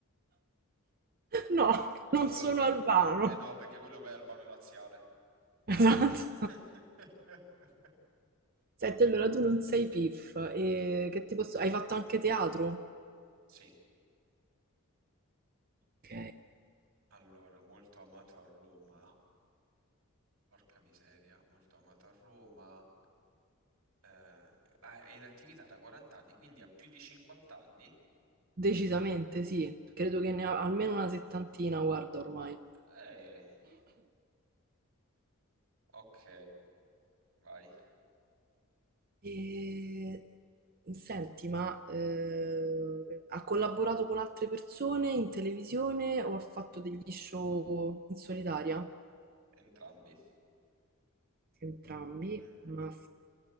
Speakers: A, on the right; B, on the right.
A: No,
B: No,
A: non
B: quello
A: sono
B: poi...
A: albano.
B: Eh no, perché quello poi è albano laziale.
A: Esatto.
B: <laughs>
A: Senti, allora tu non sei PIF, e che ti posso... hai fatto anche teatro?
B: Sì,
A: Ok.
B: allora, molto amato a Roma. Porca miseria, molto amato a Roma. Eh, ah, è in attività da 40 anni, quindi ha più di 50 anni?
A: Decisamente sì, credo che ne ho almeno una settantina, guarda ormai.
B: Eh, ok, vai,
A: E... Senti, ma eh, ha collaborato con altre persone in televisione o ha fatto degli show in solitaria?
B: entrambi.
A: Entrambi,
B: Mm.
A: ma